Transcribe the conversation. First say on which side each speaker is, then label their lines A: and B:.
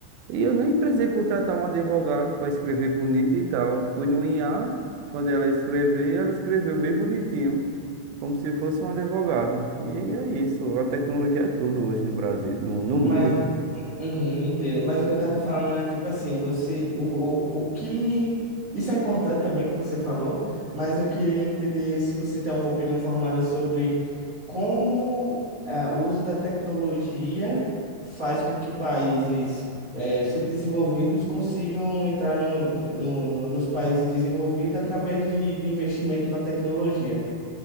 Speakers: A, on the right (about 75°); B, on the right (about 45°).
A: E eu nem precisei contratar um advogado para escrever bonito e tal. Fui no IA, mandei ela escrever e ela escreveu bem bonitinho como se fosse um advogado. E é isso, a tecnologia é tudo hoje no Brasil, no, no mundo.
B: Mas, uhum, entendo. Mas o que eu tava falando é tipo assim, você, o, o, o que. Isso é importante também que você falou, mas eu queria entender se você tem alguma opinião formada sobre como ah, o uso da tecnologia faz com que países eh, subdesenvolvidos consigam entrar no, no, no- nos países desenvolvidos através de, de investimento na tecnologia.